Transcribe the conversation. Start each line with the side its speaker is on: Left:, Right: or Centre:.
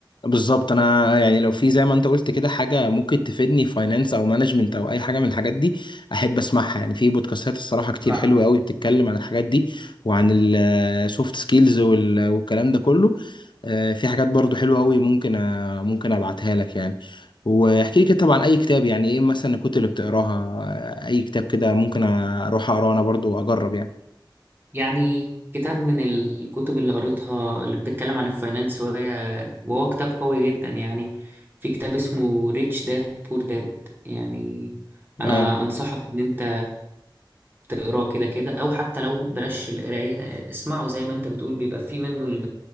Left: بالظبط انا يعني لو في زي ما انت قلت كده حاجه ممكن تفيدني فاينانس او مانجمنت او اي حاجه من الحاجات دي احب اسمعها يعني في بودكاستات الصراحه كتير
Right: مع
Left: حلوه قوي بتتكلم عن الحاجات دي وعن السوفت سكيلز والكلام ده كله آه، في حاجات برضو حلوه قوي ممكن آه، ممكن ابعتها لك يعني واحكي لي كده طبعا اي كتاب يعني ايه مثلا الكتب اللي بتقراها آه، اي كتاب كده ممكن اروح اقراه انا برضو اجرب يعني
Right: يعني كتاب من الكتب اللي قريتها اللي بتتكلم عن الفاينانس وهي وهو كتاب قوي جدا يعني في كتاب اسمه ريتش داد بور داد يعني انا
Left: اه
Right: انصحك ان انت اقراه كده كده او حتى لو بلاش القرايه اسمعه زي ما انت بتقول بيبقى فيه منه